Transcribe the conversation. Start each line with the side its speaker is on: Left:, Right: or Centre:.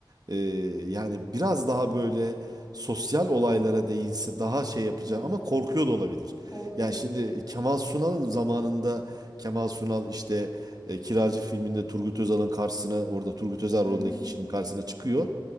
Right: e, yani biraz daha böyle sosyal olaylara değinse daha şey yapacağını
Centre: Hmm.
Right: ama korkuyor da olabilir.
Centre: Korkuyor
Right: Yani şimdi
Centre: olabilir.
Right: Kemal Sunal'ın zamanında Kemal Sunal işte e, Kiracı filminde Turgut Özal'ın karşısına orada Turgut Özal
Centre: Hı
Right: rolündeki
Centre: hı.
Right: kişinin karşısına çıkıyor.